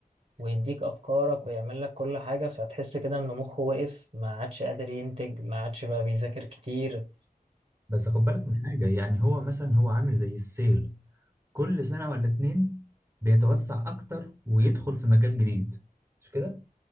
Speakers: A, on the right; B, on the right.
A: ويديك أفكارك ويعمل لك كل حاجة فتحس كده إن مخه وقف ما عادش قادر ينتج ما عادش بقى بيذاكر كتير
B: بس خد بالك من حاجة يعني هو مثلا هو عامل زي السيل كل سنة ولا اتنين بيتوسع أكتر ويدخل في مجال جديد مش كده؟